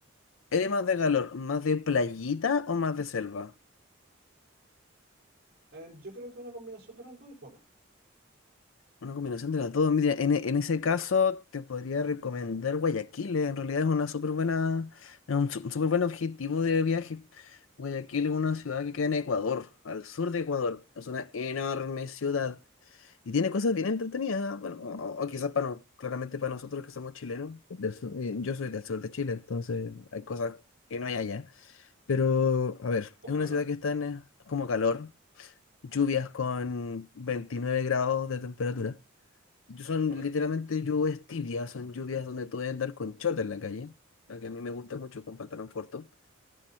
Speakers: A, on the left; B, on the right.
A: ¿Eres más de calor? ¿Más de playita o más de selva?
B: Em, yo creo que una combinación de las dos es buena.
A: Una combinación de las dos. Mira, en, e- en ese caso te podría recomendar Guayaquil. eh, En realidad es una súper buena, es un su- súper buen objetivo de viaje. Guayaquil es una ciudad que queda en Ecuador, al sur de Ecuador. Es una enorme ciudad. Y tiene cosas bien entretenidas, bueno, o, o quizás para no- claramente para nosotros que somos chilenos, del sur- eh, yo soy del sur de Chile, entonces hay cosas que no hay allá. Pero, a ver,
B: Como
A: es una
B: calor,
A: ciudad que está en eh, como calor, lluvias con 29 grados de temperatura. Yo- Son
B: correcto.
A: literalmente lluvias tibias, son lluvias donde tú debes andar con short en la calle, la que a mí me gusta mucho con pantalón corto.